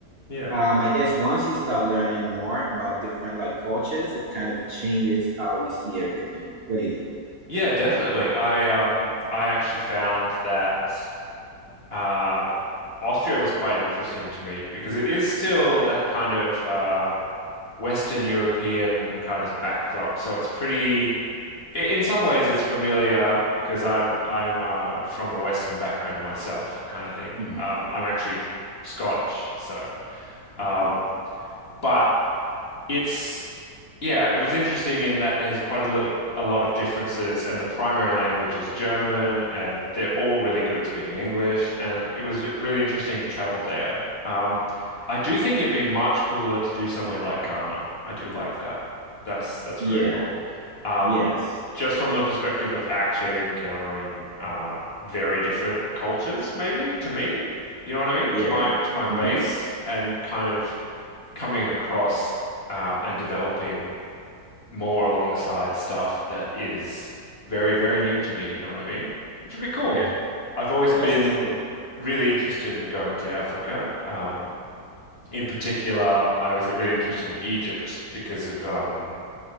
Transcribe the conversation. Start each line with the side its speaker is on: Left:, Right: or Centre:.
Left: yeah,
Right: um, I guess once you start learning more about different like cultures, it kind of changes how you see everything. What do you think?
Left: yeah, definitely. I um I actually found that uh Austria was quite interesting to me because it is still that kind of uh, Western European kind of backdrop. So it's pretty, i- in some ways, it's familiar because I'm I'm uh, from a Western background myself, kind of thing.
Right: Mhm.
Left: Um, I'm actually Scottish, so um,
Right: No.
Left: but it's yeah, it was interesting in that there's quite a little, a lot of differences, and the primary language is German, and they're all really good at speaking English, and it was really interesting to travel there. Um, I do think it'd be much cooler to do somewhere like Ghana. I do like that. That's that's
Right: Yeah.
Left: very cool. Um,
Right: Yes.
Left: Yeah. just from the perspective of actually encountering uh, very different cultures, maybe to me, you know what I mean?
Right: Yeah.
Left: To my to my base,
Right: hmm
Left: and kind of coming across um, and developing more alongside stuff that is very, very new to me, you know what I mean? Which would be cool.
Right: Yeah.
Left: I've always
Right: That's
Left: been
Right: true.
Left: really interested in going to Africa. Um, in particular, I was really interested in Egypt because of um,